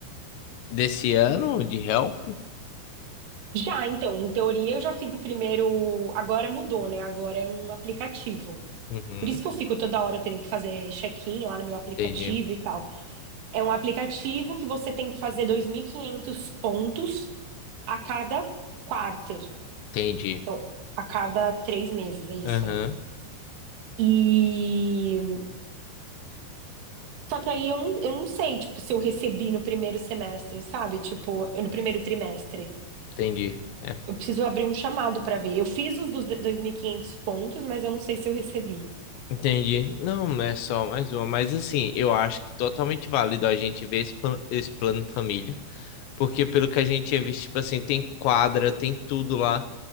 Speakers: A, on the left; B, on the right.
A: desse ano de health?
B: Já, então, em teoria eu já fiz o primeiro. Agora mudou, né? Agora é um aplicativo.
A: Uhum.
B: Por isso que eu fico toda hora tendo que fazer check-in lá no meu aplicativo
A: Entendi.
B: e tal. É um aplicativo que você tem que fazer 2.500 pontos a cada quarter.
A: Entendi.
B: Então, a cada três meses, é isso,
A: Aham.
B: né? E. Só que aí eu não, eu não sei, tipo, se eu recebi no primeiro semestre, sabe? Tipo, eu- no primeiro trimestre.
A: Entendi. É.
B: Eu preciso abrir um chamado pra ver. Eu fiz os dos 2.500 pontos, mas eu não sei se eu recebi.
A: Entendi. Não, é só mais uma, mas assim, eu acho que totalmente válido a gente ver esse plano, esse plano família, porque pelo que a gente tinha visto, tipo assim, tem quadra, tem tudo lá.